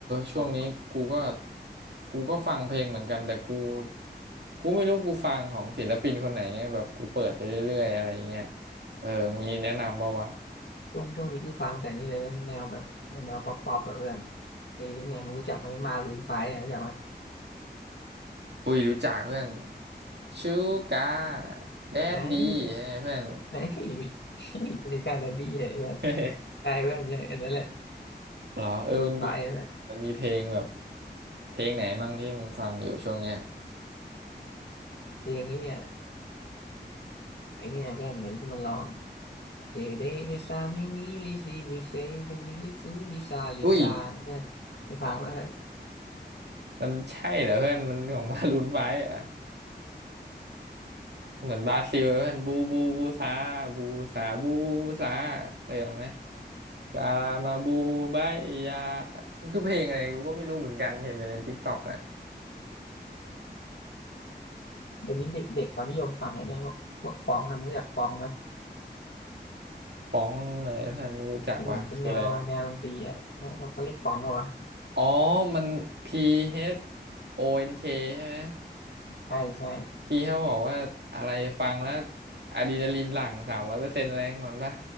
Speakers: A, on the right (about 75°); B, on the left (about 80°).
A: ช่วงนี้กูก็
B: ของ
A: กูก็ฟังเพลงเหมือนกันแต่กูกูไม่รู้กูฟังของศิลปินคนไหนเนี่ยแบบกูเปิดไปเรื่อยๆอะไรเงี้ยเออมีแนะนำเปล่าวะ
B: ช่วงช่วงนี้กูฟังแต่นี่เลยแนวแบบแนวป๊อปป๊อปแบบเพื่อนไอ้เนี่ยมึงรู้จักไหมมารูนไฟอ่ะรู้จักไหม
A: อุ้ยรู้จักเพื่อนชูกาแดดดี
B: ไอ้
A: เพื่อน
B: ไอ้มีการดัดดี้เนี่ยเพื่อน
A: <laughs>
B: ใช่เพื่อนใช่อันนั้นแหละ
A: เหรอเออมันมี
B: มารูนไฟอ่ะเพื่อน
A: มันมีเพลงแบบเพลงไหนมั่งที่มึงฟังอยู่ช่วงเนี้ย
B: เพลงนี้เนี่ยไอ้เนี่ยเพื่อนไหนที่มันร้องเกเดเวิซามินิลิซิบุเซลิลิซูมิซาลิซาเพื่อนไปฟังไหมเพื่อน
A: อุ้ยมันใช่เหรอเพื่อนมันของ <laughs> มารูนไฟว์อ่ะ เหมือนบราซิลเพื่อนบูบูบูซาบูซาบูบูบูซาเคยฟังไหมกาลามาบูบายยามันคือเพลงอะไรกูก็ไม่รู้เหมือนกันเห็นแต่ในทิกตอกแหละ
B: เดี๋ยวนี้เด็กเด็กเขานิยมฟังไอ้เนี่ยพวกพวกฟ้องนะมึงรู้จักฟ้องไหม
A: ฟ้องอะไรเพื่อนไม่รู้จักวะคืออะไรวะ
B: เป็นเหมือนเป็นแนวแนวดนตรีอ่ะเขาเขาเรียกฟ้องเหรอวะ
A: อ๋อมัน P H O N K ใช่ไหม
B: ใช่ใช่
A: พี่เขาบอกว่าอะไรฟังแล้วอะดรีนาลีนหลั่งสามร้อยเปอร์เซ็นต์อะไรอย่างนั้นปะ